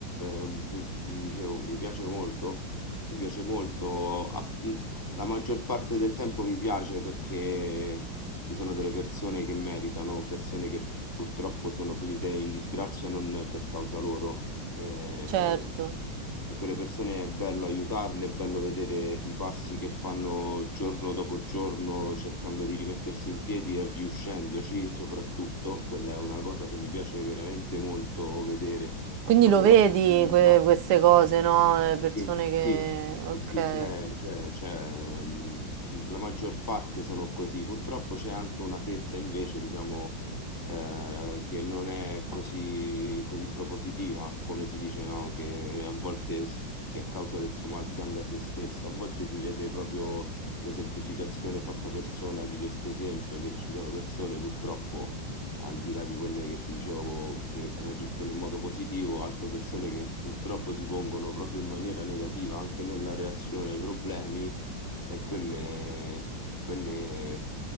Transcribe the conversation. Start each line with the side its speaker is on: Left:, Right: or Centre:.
Left: eh, mi- ti dicevo, mi piace molto, mi piace molto, a- mh, la maggior parte del tempo mi piace perché ci sono delle persone che meritano, persone che purtroppo sono finite in disgrazia non per causa loro, Eh,
Right: Certo.
Left: e quelle persone è bello aiutarle, è bello vedere i passi che fanno giorno dopo giorno cercando di rimettersi in piedi e riuscendoci, soprattutto, quella è una cosa che mi piace veramente molto vedere,
Right: Quindi
Left: proprio
Right: lo vedi
Left: la quotidianità.
Right: que- queste cose, no? Eh, Persone
Left: Sì,
Right: che,
Left: sì,
Right: ok,
Left: sì, sì, c'è, c'è- c'è, mh, la maggior parte sono così. Purtroppo c'è anche una fetta invece, diciamo, eh, che non è così, così propositiva, come si dice, no? Che a volte, s- che a causa del suo mal pianga se stessa, a volte si vede proprio l'esemplificazione fatta persona di questo esempio, che ci sono persone purtroppo al di là di quelle che ti dicevo che reagiscono in modo positivo, altre persone che purtroppo si pongono proprio in maniera negativa anche nella reazione ai problemi, e quelle, quelle...